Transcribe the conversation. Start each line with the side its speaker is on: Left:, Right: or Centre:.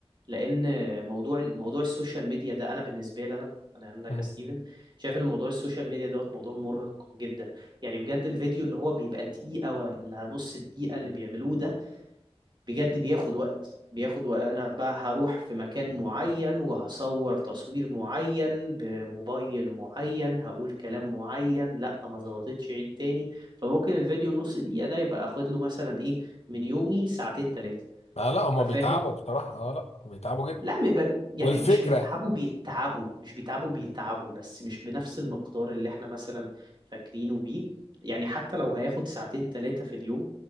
Right: لان موضوع ال- موضوع السوشيال ميديا ده انا بالنسبه لي انا انا انا
Left: مم.
Right: كستيفن شايف ان موضوع السوشيال ميديا دوت موضوع مرهق جدا يعني بجد الفيديو اللي هو بيبقى دقيقه ولا نص دقيقه اللي بيعملوه ده بجد بياخد وقت بياخد وقت انا بقى هروح في مكان معين وهصور تصوير معين بموبايل معين هقول كلام معين لا ما ظبطتش عيد تاني فممكن الفيديو النص دقيقة ده يبقى اخد له مثلا ايه من يومي ساعتين تلاتة
Left: آه لا هما
Right: ففاهم
Left: بيتعبوا بصراحة اه لا بيتعبوا جدا
Right: لا م- ب- يعني
Left: والفكرة
Right: مش بيتعبوا بيتعبوا مش بيتعبوا بيتعبوا بس مش بنفس المقدار اللي احنا مثلا فاكرينه بيه يعني حتى لو هياخد ساعتين ثلاثة في اليوم